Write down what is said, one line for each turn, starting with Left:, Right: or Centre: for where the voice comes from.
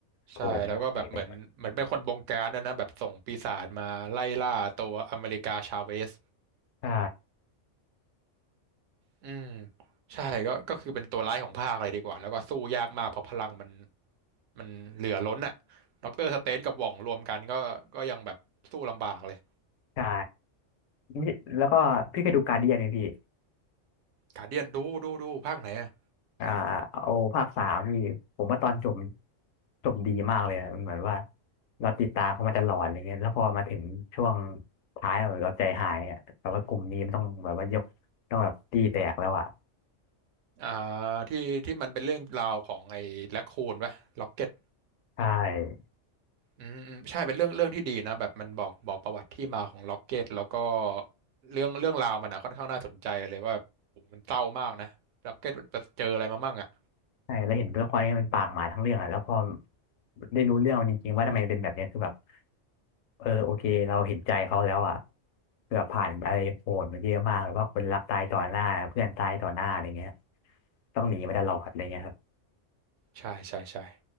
Left: ผมไม่โอเคเลย
Right: ใช่แล้วก็แบบเหมือนเหมือนเป็นคนบงการนะนะแบบส่งปีศาจมาไล่ล่าตัวอเมริกาชาเวส
Left: ใช่
Right: อืมใช่ก็ก็คือเป็นตัวร้ายของภาคเลยดีกว่าแล้วก็สู้ยากมากเพราะพลังมันมันเหลือล้นอ่ะด็อกเตอร์สเตนกับหว่องรวมกันก็ก็ยังแบบสู้ลำบากเลย
Left: ใช่ไม่แล้วก็พี่เคยดูการ์เดียนไหมพี่
Right: กาเดียนดูดูดูภาคไหนอ่ะ
Left: อ่าเอาภาคสามนี่ผมว่าตอนจบจบดีมากเลยอะมันเหมือนว่าเราติดตามเขามาตลอดอะไรเงี้ยแล้วพอมาถึงช่วงท้ายเราใจหายอะแต่ว่ากลุ่มนี้มันต้องแบบว่ายกต้องแบบตีแตกแล้วอ่ะ
Right: อ่าที่ที่มันเป็นเรื่องราวของไอ้แร็คคูนปะล็อกเก็ต
Left: ใช่
Right: อืมอืมใช่เป็นเรื่องเรื่องที่ดีนะแบบมันบอกบอกประวัติที่มาของล็อกเก็ตแล้วก็เรื่องเรื่องราวมันนะค่อนข้างน่าสนใจเลยว่าโอ้โหมันเศร้ามากนะล็อกเก็ตมันเจออะไรมามั่งอ่ะ
Left: ใช่แล้วเห็นด้วยความที่มันปากหมาทั้งเรื่องอ่ะแล้วพอได้รู้เรื่องมันจริงๆว่าทำไมเป็นแบบเนี้ยคือแบบเออโอเคเราเห็นใจเขาแล้วอ่ะเกือบผ่านอะไรโหดมาเยอะมากแบบว่าคนรักตายต่อหน้าเพื่อนตายต่อหน้าอะไรเงี้ยต้องหนีมาตลอดอะไรเงี้ยครับ
Right: ใช่ใช่ใช่